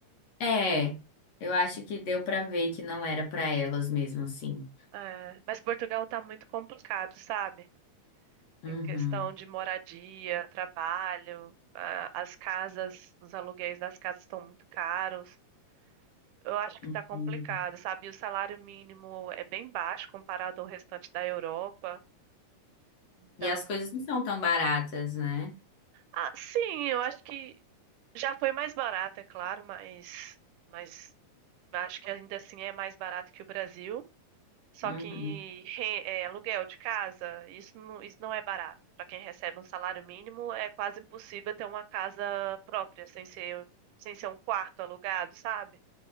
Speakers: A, on the left; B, on the right.
A: É, eu acho que deu pra ver que não era pra elas mesmo assim.
B: É, mas Portugal tá muito complicado, sabe?
A: Uhum,
B: Em questão de moradia, trabalho, ah, as casas, os aluguéis das casas estão muito caros. Eu acho que
A: entendi.
B: está complicado, sabe? O salário mínimo é bem baixo comparado ao restante da Europa. Então,
A: E as coisas não são tão baratas, né?
B: ah, sim, eu acho que já foi mais barato, é claro, mas, mas acho que ainda assim é mais barato que o Brasil. Só
A: Uhum.
B: que re- é, aluguel de casa, isso não, isso não é barato. Para quem recebe um salário mínimo, é quase impossível ter uma casa própria, sem ser, sem ser um quarto alugado, sabe?